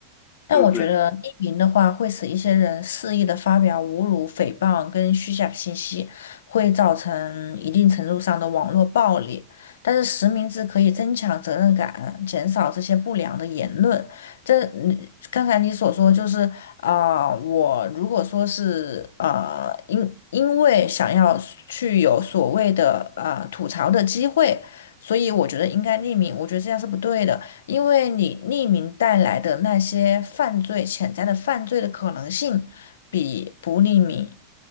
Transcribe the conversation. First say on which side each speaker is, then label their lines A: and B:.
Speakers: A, on the left (about 25°); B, on the left (about 85°).
A: 对不对？
B: 但我觉得匿名的话，会使一些人肆意的发表侮辱、诽谤跟虚假信息，会造成一定程度上的网络暴力。但是实名制可以增强责任感，减少这些不良的言论。这嗯刚才你所说就是，啊、我如果说是呃，因因为想要去有所谓的呃吐槽的机会，所以我觉得应该匿名，我觉得这样是不对的。因为你匿名带来的那些犯罪潜在的犯罪的可能性，比不匿名